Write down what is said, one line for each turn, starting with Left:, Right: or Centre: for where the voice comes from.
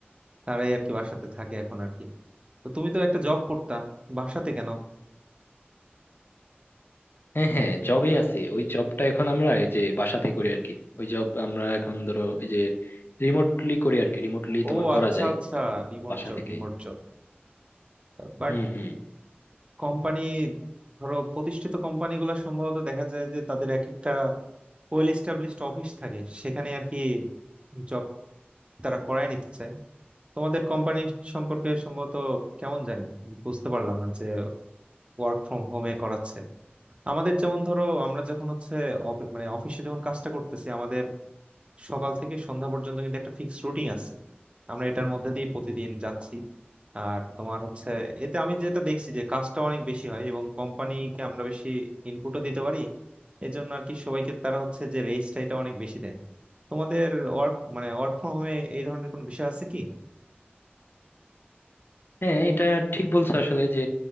Right: তারাই আর কি বাসাতে থাকে এখন আর কি তো তুমি তো একটা জব করতা বাসাতে কেন
Left: হ্যাঁ হ্যাঁ জবেই আছি ওই জবটা এখন আমরা এই যে বাসাতে করি আর কি ওই জব আমরা এখন ধরো এই যে রিমোটলি করি আর কি রিমোটলি তোমার
Right: ও
Left: করা
Right: আচ্ছা
Left: যায়
Right: আচ্ছা Remote
Left: বাসা
Right: job
Left: থেকেই
Right: remote job But
Left: হুম হুম
Right: company ধরো প্রতিষ্ঠিত কোম্পানিগুলো সম্ভবত দেখা যায় যে তাদের এক একটা ওয়েল এস্টাবলিশড অফিস থাকে সেখানে আর কি জব তারা করায় নিতে চায় তোমাদের কোম্পানি সম্পর্কে সম্ভবত কেমন জানি বুঝতে পারলাম না যে ওয়ার্ক ফ্রম হোমে করাচ্ছে আমাদের যেমন ধরো আমরা যখন হচ্ছে অফি- মানে অফিসে যখন কাজটা করতেছি আমাদের সকাল থেকে সন্ধ্যা পর্যন্ত কিন্তু একটা ফিক্সড রুটিন আছে আমরা এটার মধ্যে দিয়ে প্রতিদিন যাচ্ছি আর তোমার হচ্ছে এতে আমি যেটা দেখছি যে কাজটা অনেক বেশি হয় এবং কোম্পানিকে আমরা বেশি ইনপুটও দিতে পারি এই জন্য আর কি সবাইকে তারা হচ্ছে যে রেসটা এটা অনেক বেশি দেয় তোমাদের ওয়ার্ক মানে ওয়ার্ক ফ্রম হোমে এই ধরনের কোনো বিষয় আছে কি
Left: হ্যাঁ এটা ঠিক বলছো আসলে যে